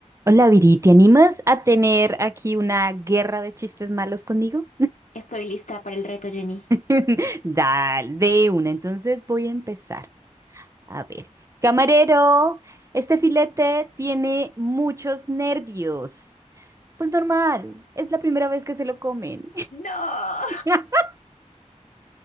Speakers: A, on the right; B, on the left.
A: Hola Viri, ¿te animas a tener aquí una guerra de chistes malos conmigo?
B: Estoy lista para el reto, Jenny.
A: <laughs> Dale, de una. Entonces voy a empezar. A ver, camarero, este filete tiene muchos nervios. Pues normal, es la primera vez que se lo comen.
B: No.
A: <laughs> Estaba